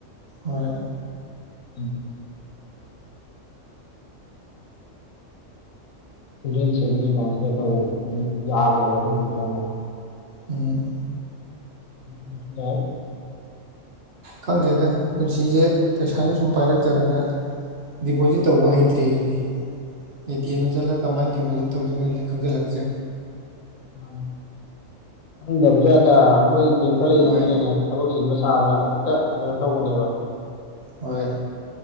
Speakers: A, on the right; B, on the left.
A: ꯍꯣꯏ
B: <unintelligible> ꯆꯤꯜꯗ꯭ꯔꯦꯟ ꯁꯦꯚꯤꯡ ꯑꯦꯀꯥꯎꯟꯁꯤꯗ ꯇꯧ ꯑꯗꯨꯝ ꯌꯥꯕꯅꯦꯕ ꯑꯗꯨꯒꯤꯗꯨꯅ ꯑꯃꯨꯛ
A: ꯎꯝ
B: <unintelligible>
A: ꯈꯪꯗꯦꯗ ꯄꯨꯟꯁꯤꯁꯦ ꯄꯩꯁꯥꯁꯨ ꯁꯨꯝ ꯄꯥꯏꯔꯛꯇꯕꯅꯤꯅ ꯗꯤꯄꯣꯖꯤꯠ ꯇꯧꯕꯧ ꯍꯩꯇ꯭ꯔꯦ ꯗꯨꯅꯤ ꯑꯦ ꯇꯤ ꯑꯦꯝꯗ ꯆꯠꯂꯒ ꯀꯃꯥꯏꯅ ꯗꯤꯄꯣꯖꯤꯠ ꯇꯧꯗꯣꯏꯅꯣꯖꯤꯁꯨ ꯈꯪꯖꯜꯂꯛꯇ꯭ꯔꯦ
B: ꯃꯥꯅꯦ ꯈꯪꯗꯕꯁꯨ ꯌꯥꯗ ꯃꯣꯏ ꯕꯦꯡꯇ ꯂꯩꯔꯤꯁꯤꯡꯖꯤꯅꯅꯦ
A: ꯍꯣꯏ
B: ꯊꯕꯛ ꯆꯤꯟꯕ ꯁꯥꯗꯅ ꯑꯈꯨꯠꯇ ꯀꯩꯅꯣ ꯇꯧꯕꯅꯦꯕ
A: ꯍꯣꯏ